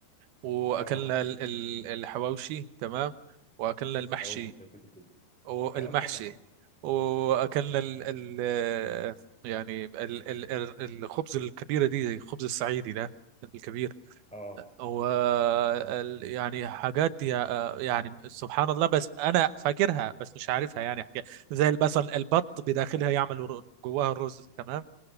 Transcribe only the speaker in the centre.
اه
الحواوشي ده كده كده
اه طبعا
اه